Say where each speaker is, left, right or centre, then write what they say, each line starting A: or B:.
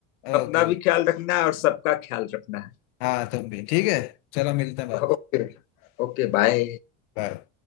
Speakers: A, on the left (about 75°); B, on the left (about 50°).
A: अपना
B: ओके
A: भी
B: ओके
A: ख्याल रखना है और सबका ख्याल रखना
B: हाँ तुम भी ठीक है चलो मिलते हैं बाद
A: है
B: में
A: ओके Okay bye
B: बाय